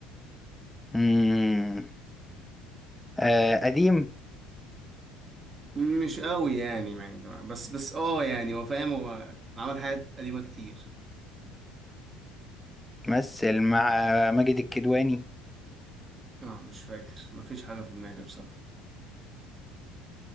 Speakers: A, in the centre; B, on the right (about 30°).
A: مم. آه قديم
B: مش قوي يعني مع- بس بس اه يعني هو فاهم هو عمل حاجات قديمة كتير
A: مثل مع ماجد الكدواني
B: لا مش فاكر مفيش حاجة في دماغي بصراحة